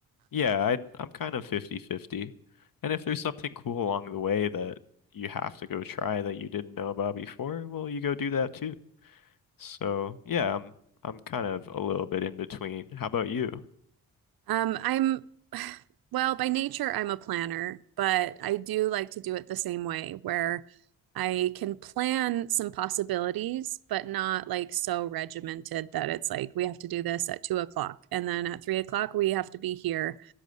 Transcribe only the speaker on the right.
Um, I'm, <sighs> well, by nature, I'm a planner, but I do like to do it the same way where I can plan some possibilities, but not like so regimented that it's like we have to do this at two o'clock and then at three o'clock we have to be here.